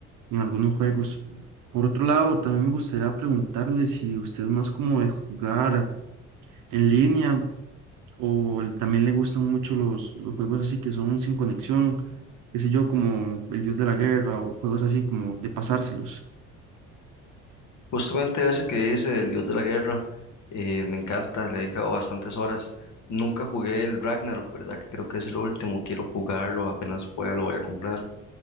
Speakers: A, on the right; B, on the left.
A: en algunos juegos. Por otro lado, también me gustaría preguntarle si usted es más como de jugar en línea o el- también le gustan mucho los, los juegos así que son sin conexión, qué sé yo, como El Dios de la Guerra o juegos así como de pasárselos.
B: Justamente ese que dice el dios de la guerra, eh, me encanta, le he dedicado bastantes horas. Nunca jugué el Ragnarok, ¿verdad? Que creo que es el último, quiero jugarlo, apenas pueda lo voy a comprar.